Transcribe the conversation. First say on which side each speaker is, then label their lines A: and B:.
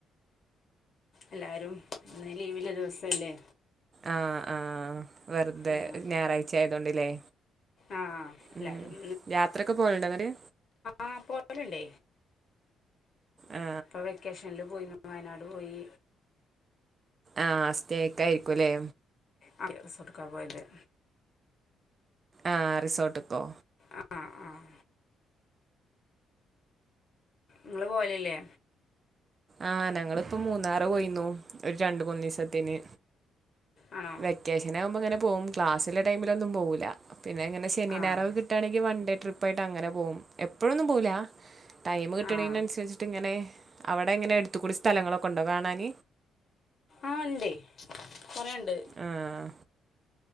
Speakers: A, on the left; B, on the right.
A: എല്ലാരും ഇന്ന് ലീവില്ല ദിവസല്ലേ
B: ആ ആഹ വെറുതെ
A: ആഹ്
B: ഞായറാഴ്ച ആയതോണ്ടില്ലേ
A: ആഹ് എല്ലാവരും
B: ഉം യാത്രയക്കെ പോലുണ്ട്ര്
A: ആഹ പോവലുണ്ടേ
B: ആ
A: ഇ വെക്കേഷൻൽ പോയി വയനാട് പോയി
B: ആഹ സ്റ്റേ ഒക്കായിരിക്കും അല്ലേ
A: ആ ഡ്രസ്സ് എടുക്കാൻ പോയതല്ലേ
B: ആഹ് റിസോട്ട് ക്കോ
A: ആഹ് ആഹ് നിങ്ങള് പോൽല്ലേ
B: ആഹ് ഞങ്ങിപ്പോ മൂന്നാറ് പോയിന്നു ഒരു രണ്ട് മൂന്നു ദിവസത്തിന്
A: ആണോ
B: വെക്കേഷനാകുമ്പോങ്ങനെ പോവും ക്ലാസ് ടൈമിലൊന്നും പോകുല്ല പിന്നെങ്ങനെ ശനി
A: ആഹ്
B: ഞായർ കിട്ടാണെങ്കി വൺ ഡേ ഡേട്രിപ്പ് ആയിട്ട ങ്ങനെ പോകും എപ്പോഴൊന്നും പോവുല്ല ടൈം കിട്ടണന്
A: ആഹ്
B: അനുസരിച്ചിട്ട് ഇങ്ങനെ അവടെ എങ്ങനെ എടുത്ത്ക്കൂടി സ്ഥലങ്ങളൊക്കെ ഉണ്ടോ കാണാൻ
A: ആഹ് ഇണ്ടെ കൊറെണ്ട്
B: ആഹ്